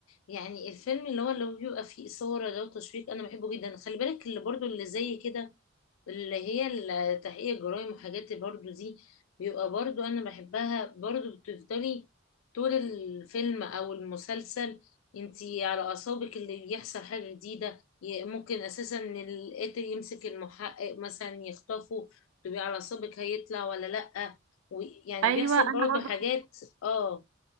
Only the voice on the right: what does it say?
ايوه
انا
برضو
بحب